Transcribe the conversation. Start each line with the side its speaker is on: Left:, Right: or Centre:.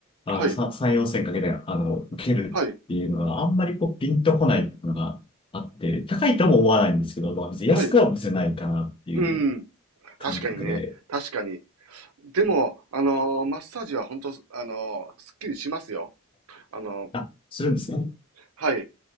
Left: あの、
Right: あ、はい。
Left: さ3、4千かけて、あの、受けるっていうのがあんまりこう、
Right: はい。
Left: ピンとこないっていうのがあって、高いとも思わないんですけど、まあ、別に安くは見せないかなっていう
Right: はい。うん。確かにね。
Left: 感覚で、
Right: 確かに。でも、あのーマッサージは本当、あのーすっきりしますよ。あのー
Left: あ、するんですね。
Right: はい。